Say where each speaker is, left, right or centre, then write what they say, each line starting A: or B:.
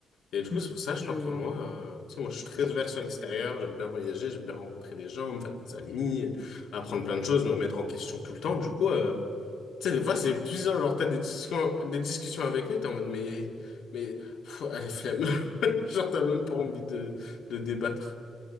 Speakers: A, on the left; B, on the left.
A: Et du coup
B: Hmm,
A: c'est pour ça je
B: je
A: crois que
B: vois.
A: moi, euh, tu sais moi je suis très ouvert sur l'extérieur, j'aime bien voyager, j'aime bien rencontrer des gens, me faire des amis, apprendre plein de choses, me remettre en question tout le temps. Du coup euh, tu sais des fois c'est plusieurs genre t'as des discussions, des discussions avec eux, t'es en mode mais mais pff, allez flemme, <laughs> genre t'as même pas envie de de débattre.